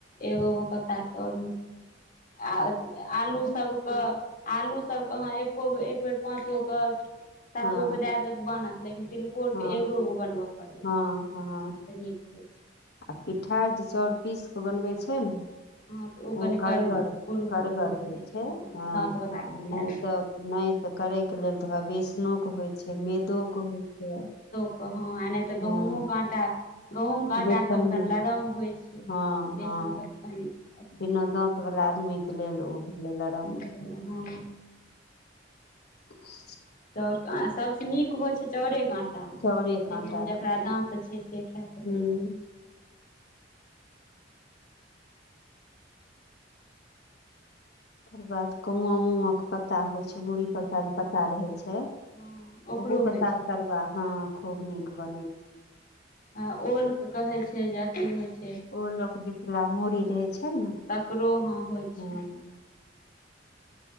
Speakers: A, on the left; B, on the left.
A: एगो गो पत्ता तर मे आ आलू सभके आलू अहाँ एक्को बेर एक पाँच गो कऽ। सात
B: हँ
A: गोके दए देबै तऽ बनत, लेकिन तिलकोरके
B: हँ
A: एगो गो बनबय पड़ै छै। तऽ
B: हँ हँ
A: नीक होइ छै
B: आ पिठार जे चाउर पीस कऽ बनबै छै ने। ओ
A: हँ तऽ कनि
B: करगर
A: कर कुर
B: करगर
A: कुर रहै
B: होइ छै हँ,
A: दाँतवलाके
B: आ
A: खाए
B: नहि
A: लेबै
B: तऽ। नहि तऽ करैके लेल तऽ ओ बेसनोक होइत छै, मैदोक होइत छै।
A: कहाँ आ तऽ गेहूँक
B: हँ
A: आटा, गेहूँम कऽ आटा
B: बेसनमे
A: सभके लरम होइ छै,
B: हँ
A: बेसन
B: हँ
A: सभ। अ <unintelligible>
B: बिना दाँतवला आदमीके लेल ओ भेलै लरम।
A: हाँ
B: <unintelligible>
A: ओर सभ सँ नीक होइ छै चाउरक आटा।
B: चाउरे काँटाके
A: लेकिन जेकरा
B: हँ
A: दाँत छै से खा सकैया।
B: हूँ तकर बाद कुआँ मुआँके पत्ता होइ छै, मुड़ी पर का जे पत्ता रहै छै।
A: हँ ओकरो
B: ओहो पत्ता
A: होइ
B: कऽ
A: छै
B: तरुआ खूब नीक बनै छै।
A: हँ, ओल के कहै छै जे अथि होइ छै।
B: ओलोक बिथिला मूड़ी रहै छै ने।
A: तकरो हाँ होइ छै।
B: हँ